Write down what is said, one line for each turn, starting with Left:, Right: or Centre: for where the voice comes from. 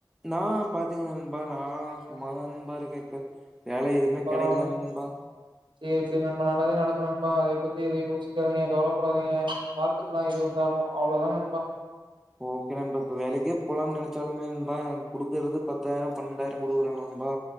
Centre: நா பாத்தீங்க நண்பா நா சும்மாதா நண்பா இருக் கேகே வேல எதுமே
Right: பரவால்ல
Centre: கெடைக்கல நண்பா
Right: சேரி சேரி நண்பா நல்லதே நடக்கு நண்பா அதை பத்தி எதயு யோசிக்காதீங்க கவலப்படாதீங்க பாத்துக்கலா எதுவந்தாலு அவ்ளொதா நா நண்பா
Centre: ஓகே நண்பா இப்ப வேலைக்கே போலான் நெனச்சாலுமே நண்பா குடுக்குறது பத்தாயிரொ பன்னெண்டாயிரொ குடுக்குறா நண்பா